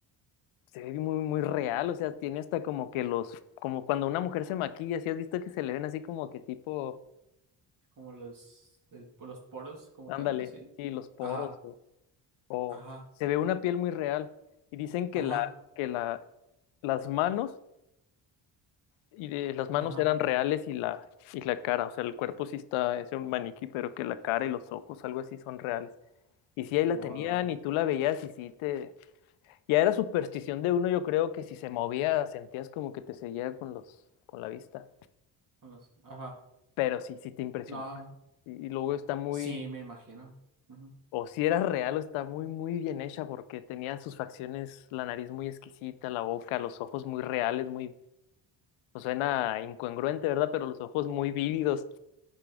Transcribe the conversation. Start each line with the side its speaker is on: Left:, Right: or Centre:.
Left: se ve muy, muy real, o sea, tiene hasta como que los, como cuando una mujer se maquilla, si has visto que se le ven así como que tipo
Right: Como los, el- los poros como
Left: Ándale,
Right: tal, así.
Left: sí, los poros
Right: Ajá.
Left: o, o
Right: Ajá.
Left: se ve una piel muy real. Y dicen que
Right: Ajá,
Left: la, que la, las manos y de- las manos
Right: ajá.
Left: eran reales y la, y la cara, o sea, el cuerpo sí está, es un maniquí, pero que la cara y los ojos, algo así, son reales. Y sí, ahí
Right: Wow.
Left: la tenían y tú la veías y sí te... Ya era superstición de uno, yo creo que si se movía sentías como que te seguía con los, con la vista.
Right: con los- Ajá,
Left: Pero sí, sí te impresionaba.
Right: no,
Left: Y, y luego está muy,
Right: sí, me imagino. Ujú.
Left: O si era real o está muy, muy bien hecha porque tenía sus facciones, la nariz muy exquisita, la boca, los ojos muy reales, muy... O suena incongruente, ¿verdad? Pero los ojos muy vívidos.